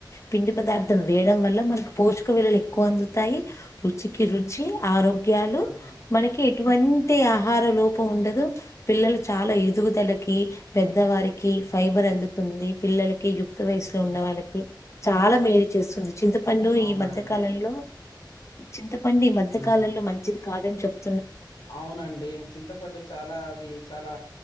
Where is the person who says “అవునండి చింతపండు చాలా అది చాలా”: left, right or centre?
Left